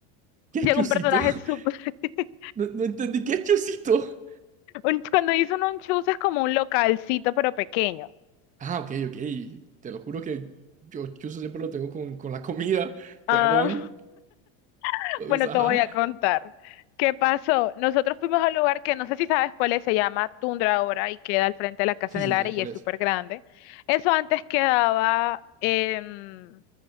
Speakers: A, on the right (about 20°); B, on the left (about 70°).
A: ¿Qué
B: llegó
A: es Chusito?
B: un personaje
A: <laughs>
B: súper, <laughs>
A: No, no entendí. ¿Qué es Chusito?
B: un- cuando hizo un chus es como un localcito pero pequeño.
A: Ah, ok, ok. Te lo juro que yo Chuso siempre lo tengo con, con la comida. <laughs> Perdón.
B: Ah, <laughs>
A: Entonces,
B: bueno,
A: ajá.
B: te voy a contar. ¿Qué pasó? Nosotros fuimos a un lugar que no sé si sabes cuál es, se llama Tundra ahora y queda al frente de la Casa
A: Sí,
B: en
A: sí,
B: el área
A: sé cuál
B: y es
A: es.
B: súper grande. Eso antes quedaba em,